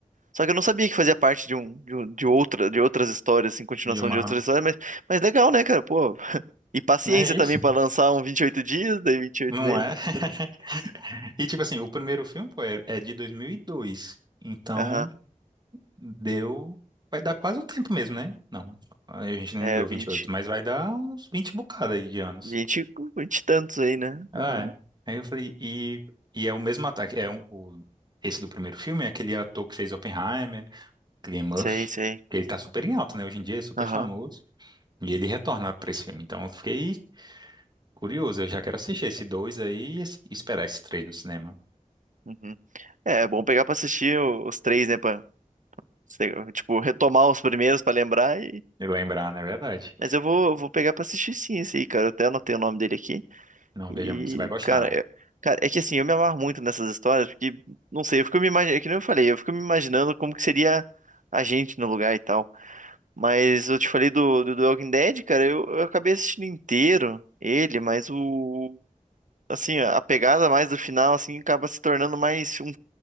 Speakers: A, on the right; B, on the right.
A: Só que eu não sabia que fazia parte de um de, um- de outra de outras histórias, assim, continuação
B: de uma...
A: de outras histórias, mas mas legal, né, cara? Pô. E paciência
B: Não é
A: também
B: isso?
A: pra lançar um vinte e oito dias, daí vinte e oito
B: Não
A: meses.
B: é? <laughs> E tipo assim, o primeiro filme, pô, é, é de 2002. Então...
A: Aham.
B: Deu. Vai dar quase o tempo mesmo, né? Não, a gente ainda
A: É
B: não deu
A: 20
B: 28 mas vai dar uns 20 bocada aí de anos.
A: 20, 20 e tantos aí, né?
B: Ah,
A: Aham.
B: é. Aí eu falei, e, e é o mesmo ataque. É um- o, esse do primeiro filme, é aquele ator que fez Oppenheimer, Cillian Murphy,
A: Sei, sei.
B: que ele tá super em alta, né? Hoje em dia, é super
A: Aham.
B: famoso. E ele retorna pra esse filme. Então eu fiquei curioso, eu já quero assistir esse dois aí e esse- e esperar esse três no cinema.
A: Uhum. É, é bom pegar pra assistir o- os três, né, Pra sei- tipo retomar os primeiros pra lembrar
B: E lembrar, né? É verdade.
A: Mas eu vou, vou pegar pra assistir sim esse aí, cara. Eu até anotei o nome dele aqui.
B: Não,
A: E,
B: veja, amigo, você vai gostar.
A: cara, é, cara, é que assim, eu me amarro muito nessas histórias, porque, não sei, eu fico me imaginando, é que nem eu falei, eu fico me imaginando como que seria a gente no lugar e tal. Mas eu te falei do, do, do Walking Dead, cara, eu, eu acabei assistindo inteiro ele, mas o. Assim, a pegada mais do final, assim, acaba se tornando mais um-